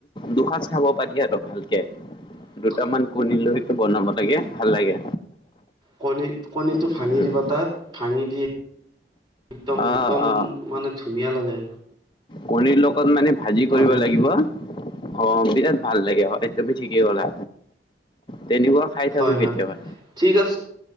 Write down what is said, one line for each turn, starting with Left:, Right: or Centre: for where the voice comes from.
Left: দুসাজ খাব পাৰি আৰু ভালকে।
Right: হ
Left: দুটামান কণী লৈ বনাব লাগে ভাল লাগে।
Right: কণী কণীটো
Left: উম।
Right: ভাঙি দিবা তাত ভাঙি দি একদম,
Left: অ
Right: একদম
Left: অ
Right: মানে ধুনীয়া লাগে।
Left: কণীৰ লগত মানে ভাজি
Right: ভালে
Left: কৰিব
Right: লাগে।
Left: লাগিব অ, বিৰাট ভাল লাগে, হয়। তুমি ঠিকেই ক'লা। তেনেকুৱা খাই থাকো
Right: হয় হয়
Left: কেতিয়াবা,
Right: ঠিক আছে